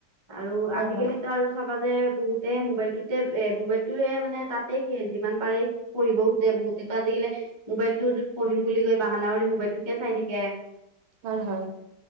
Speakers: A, on the right; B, on the right.
A: আৰু
B: হয়
A: আজিকালি আৰু চাবা যে বহুতেই মোবাইলটোতে এ মোবাইলটোয়ে মানে তাতে কি যিমান পাৰে পঢ়িব খোজে বহুতেটো আজিকালি মোবাইলটো পঢ়িম বুলি কৈ বাহানা কৰি মোবাইলটোকে চাই থাকে।
B: হয় হয়